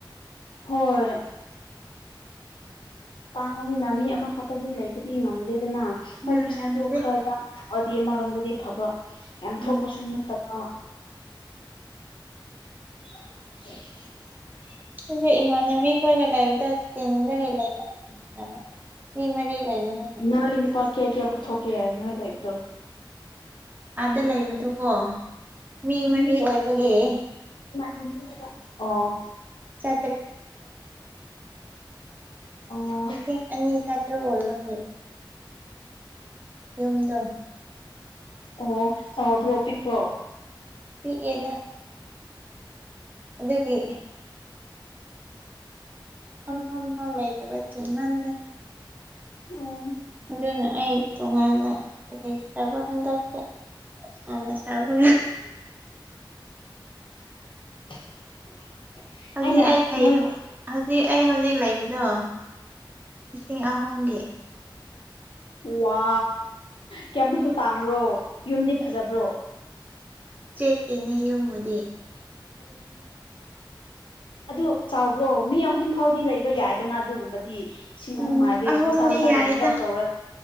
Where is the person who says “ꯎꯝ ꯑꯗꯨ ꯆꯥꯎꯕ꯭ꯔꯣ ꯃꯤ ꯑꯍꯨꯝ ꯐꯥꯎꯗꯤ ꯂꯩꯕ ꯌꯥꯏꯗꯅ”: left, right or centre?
Left